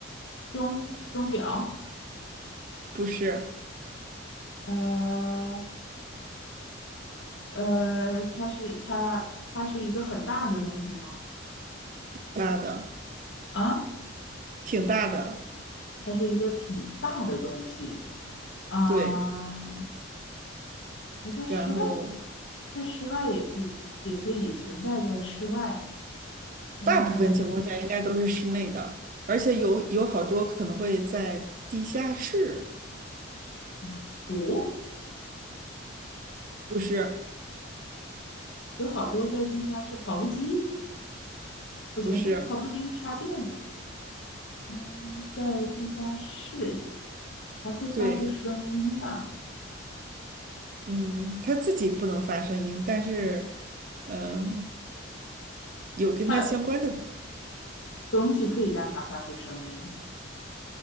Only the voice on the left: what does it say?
钟钟表，
呃。呃，它是它它是一个很大的东西吗？
啊，
它是一个挺大的东西啊，
还在室外，
在室外也可以也可以存在在室外。呃，
嗯鼓
有好多在地下室，跑步机不行，
它跑步机是插电的。嗯，在地下室还会发出声音的，
它东西可以让它发出声音。